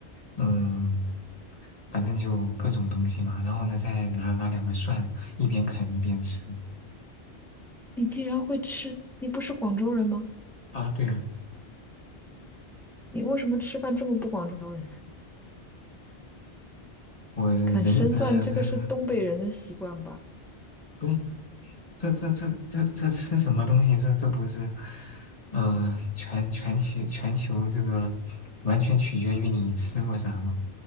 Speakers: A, on the left; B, in the centre.
A: 嗯，反正就各种东西嘛，然后呢再拿拿两个蒜，一边啃一边吃。
B: 你竟然会吃，你不是广州人吗？
A: 啊，对啊，
B: 你为什么吃饭这么不广州人？
A: 我人呃不是
B: <laughs> 啃生蒜，这个是东北人的习惯吧？
A: 不是这这这这这吃什么东西？这这不是呃全全球全球这个完全取决于你吃过啥吗？